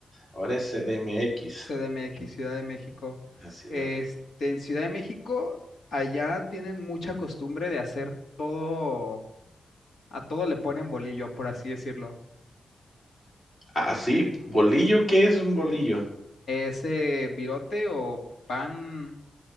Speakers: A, on the left (about 25°); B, on the left (about 65°).
A: Ahora es CDMX,
B: CDMX,
A: en
B: Ciudad de México.
A: la ciudad
B: Este,
A: de...
B: en Ciudad de México, allá tienen mucha costumbre de hacer todo, a todo le ponen bolillo, por así decirlo.
A: Ah, sí, bolillo, ¿qué es un bolillo?
B: Ese virote o pan